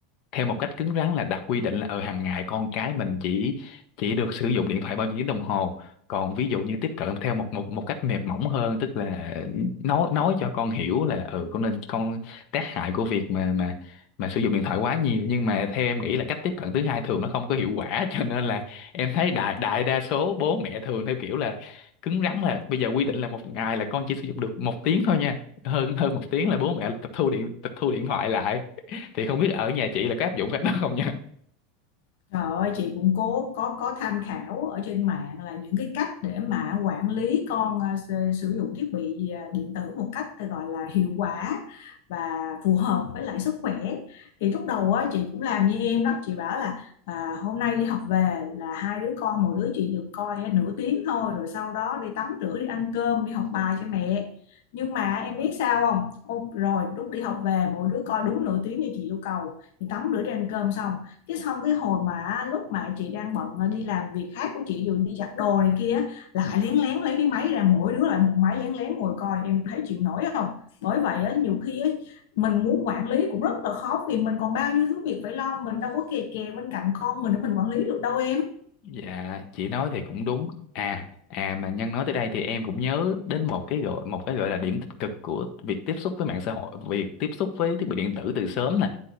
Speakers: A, on the left; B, on the left.
A: theo một cách cứng rắn là đặt quy định là ở hàng ngày con cái mình chỉ chỉ được sử dụng điện thoại bao nhiêu tiếng đồng hồ còn ví dụ như tiếp cận theo một một một cách mềm mỏng hơn tức là nói nói cho con hiểu là ừ con nên con tác hại của việc mà mà mà sử dụng điện thoại quá nhiều nhưng mà theo em nghĩ là cách tiếp cận thứ hai thường nó không có hiệu quả <laughs> cho nên là em thấy đại đại đa số bố mẹ thường theo kiểu là cứng rắn là bây giờ quy định là một ngày là con chỉ sử dụng được một tiếng thôi nha hơn hơn một tiếng là bố mẹ tịch thu điện tịch thu điện thoại lại thì không biết ở nhà chị là có áp dụng cách đó không nha
B: Trời ơi, chị cũng cố có có tham khảo ở trên mạng là những cái cách để mà quản lý con à, sử sử dụng thiết bị à, điện tử một cách tôi gọi là hiệu quả và phù hợp với lại sức khỏe. Thì lúc đầu á chị cũng làm như em đó, chị bảo là à, hôm nay đi học về là hai đứa con một đứa chị được coi à, nửa tiếng thôi rồi sau đó đi tắm rửa đi ăn cơm đi học bài cho mẹ. Nhưng mà em biết sao không? Ô, rồi lúc đi học về mỗi đứa coi đúng nửa tiếng như chị yêu cầu thì tắm rửa đi ăn cơm xong cái xong cái hồi mà lúc mà chị đang bận ờ, đi làm việc khác của chị rồi đi giặt đồ này kia lại
A: <laughs>
B: lén lén lấy cái máy ra mỗi đứa lại một máy lén lén ngồi coi em thấy chịu nổi không bởi vậy á, nhiều khi á, mình muốn quản lý cũng rất là khó vì mình còn bao nhiêu thứ việc phải lo mình đâu có kè kè bên cạnh con mình để mình quản lý được đâu em
A: dạ chị nói thì cũng đúng à à mà Nhân nói tới đây thì em cũng nhớ đến một cái gọi một cái gọi là điểm tích cực của việc tiếp xúc với mạng xã hội việc tiếp xúc với thiết bị điện tử từ sớm nè.